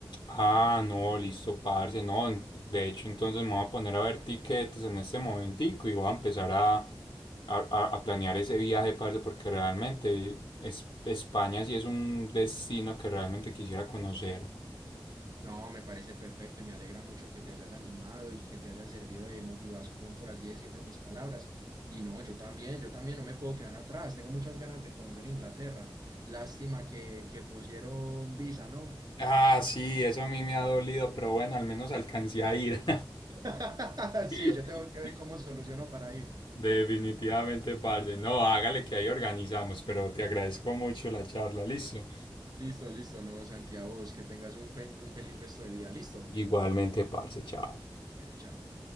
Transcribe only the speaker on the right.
No, me parece perfecto y me alegra mucho que te hayas animado y que te hayan servido de motivación, por así decirlo, mis palabras. Y no, yo también, yo también no me puedo quedar atrás. Tengo muchas ganas de conocer Inglaterra. Lástima que, que pusieron visa, ¿no?
<laughs> Sí,
yo tengo que ver cómo soluciono para ir.
Listo, listo, no, Santiago, vos que tengas un, fe- un feliz resto de día. Listo.
Bueno, chao.